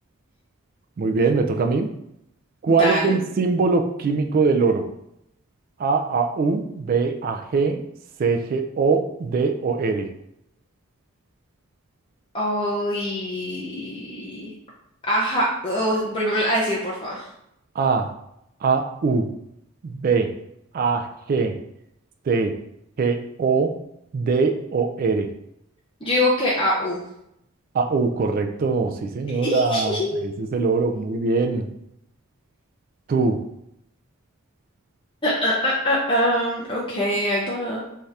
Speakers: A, on the right; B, on the left.
A: Muy bien, me toca a mí. ¿Cuál
B: Dale.
A: es el símbolo químico del oro? A, A, U, B, A, G, C, G, O, D, O, R.
B: Ay. Ajá. Oh, volveme a decir, por favor.
A: A, A, U, B, A, G, C, G, O, D, O, R.
B: Yo digo que A. U.
A: Ah, oh, correcto, sí, señora.
B: <laughs>
A: Ese es el oro. Muy bien. Tú.
B: Ah, ah, ah, ok, ahí va.